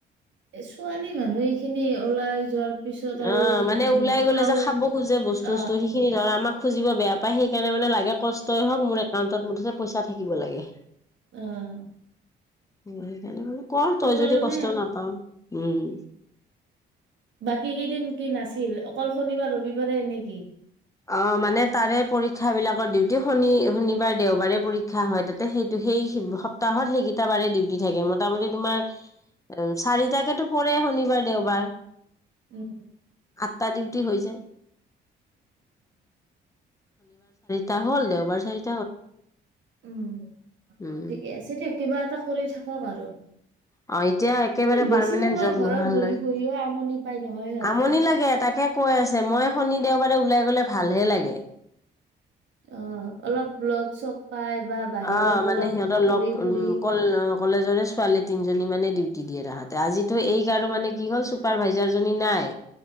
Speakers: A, on the right; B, on the left.
A: এ ছোৱালী মানুহ এইখিনি ওলাই যোৱাৰ পিছত আৰু
B: অ মানে ওলাই গলে
A: খাও
B: যে খাব খোজে বস্তু
A: অ
B: বস্তু সেইখিনি ধৰ আমাক খুজিব বেয়া পাই সেইকাৰণে মানে লাগে কষ্টই হওক মোৰ একাউণ্টত মুঠতে পইচা থাকিব লাগে।
A: উম।
B: <unintelligible> কৰ তই
A: কাৰণে
B: যদি কষ্ট
A: আৰু
B: নাপাও হম।
A: কি কেইদিন কি নাছিল অকল শনিবাৰ ৰবিবাৰে নেকি
B: অ মানে তাৰে পৰীক্ষা বিলাকৰ ডিউটি শনি শনিবাৰ দেওবাৰে পৰীক্ষা হয় তাতে সেই সেই সপ্তাহত সেইকেইটা বাৰে ডিউটি থাকে মোটামুটি তোমাৰ চাৰিটাকে তো পৰে শনিবাৰ দেওবাৰ।
A: উম,
B: আঠটা ডিউটি
A: আহ।
B: হৈ যায় তাহ হল দেওবাৰ চা
A: উম
B: উম
A: ঠিকে আছে দিয়ক কিবা এটা কৰি থাকক আৰু।
B: অ, এতিয়া একেবাৰে
A: আৰু
B: পাৰমানেন্ট
A: বেছি সময়
B: জব
A: ঘৰত
B: নোহোৱালৈ
A: বহি বহিও আমনি পাই নহয় সিহঁতে
B: আমনি লাগে তাকে কৈ আছে মই শনি দেওবাৰে ওলাই গলে ভালহে লাগে।
A: অ, অলপ ব্লগ চগ পাই বা বাহিৰত
B: অ, মানে
A: অলপ
B: সিহঁতৰ
A: ঘূৰি
B: লগ
A: ফুৰি
B: ক কলেজৰে ছোৱালী তিনজনী মানে ডিউটি দিয়ে তাহাতে আজিতো এইক আৰু মানে কি হ'ল চুপাৰ ভাইজাৰজনী নাই।